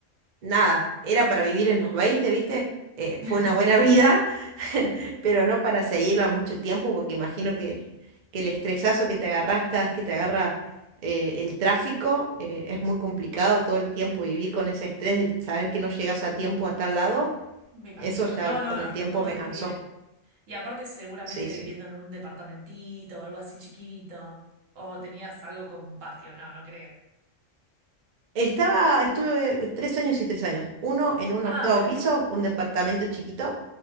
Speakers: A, on the right (about 50°); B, on the right (about 75°).
A: nada, era para vivir en los 20, ¿viste? Eh, fue
B: <laughs>
A: una buena
B: Sí.
A: <laughs> vida pero no para seguirla mucho tiempo, porque imagino que, que el estresazo que te agarrás cada vez que te agarra eh, el tráfico eh, es muy complicado todo el tiempo vivir con ese estrés de saber que no llegas a tiempo a tal lado.
B: Me imagino.
A: Eso ya
B: No, no,
A: con el
B: no,
A: tiempo
B: no puedes
A: me cansó.
B: vivir. Y aparte seguramente
A: Sí, sí.
B: viviendo en un departamentito o algo así chiquito. O tenías algo con patio, no, no creo.
A: Estaba, estuve eh, tres años y tres años. Uno en un
B: Ah,
A: octavo
B: bueno.
A: piso, un departamento chiquito,